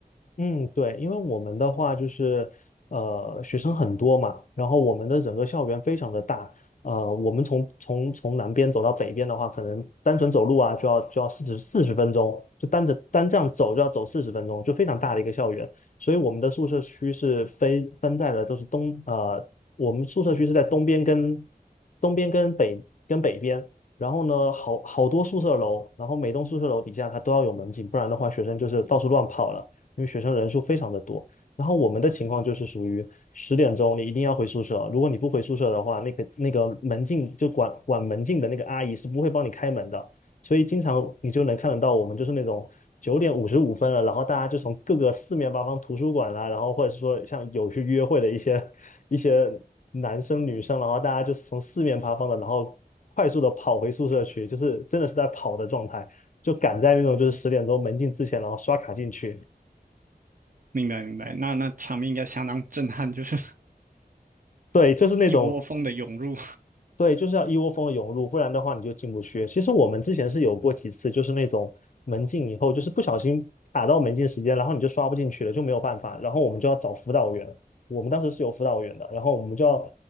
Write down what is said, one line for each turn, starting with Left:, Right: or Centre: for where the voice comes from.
Left: 嗯，对，因为我们的话就是，呃，学生很多嘛，然后我们的整个校园非常的大，呃，我们从从从南边走到北边的话，可能单纯走路啊，就要就要四十四十分钟，就单着单这样走就要走四十分钟，就非常大的一个校园，所以我们的宿舍区是分分在了都是东，呃，我们宿舍区是在东边跟东边跟北跟北边。然后呢，好好多宿舍楼，然后每栋宿舍楼底下它都要有门禁，不然的话学生就是到处乱跑了。因为学生人数非常的多。然后我们的情况就是属于十点钟你一定要回宿舍，如果你不回宿舍的话，那个那个门禁就管管门禁的那个阿姨是不会帮你开门的，所以经常你就能看得到我们就是那种九点五十五分了，然后大家就从各个四面八方图书馆啦，然后或者是说像有去约会的一些一些男生女生，然后大家就从四面八方的，然后快速的跑回宿舍去，就是真的是在跑的状态，就赶在那种就是十点钟门禁之前，然后刷卡进去。
Right: 明白明白，那那场面应该相当震撼，就是
Left: 对，
Right: <laughs>
Left: 就是那种，
Right: 一窝蜂的涌入。
Left: 对，就是要一窝蜂的涌入，不然的话你就进不去。其实我们之前是有过几次，就是那种门禁以后，就是不小心卡到门禁时间，然后你就刷不进去了，就没有办法，然后我们就要找辅导员。我们当时是有辅导员的，然后我们就要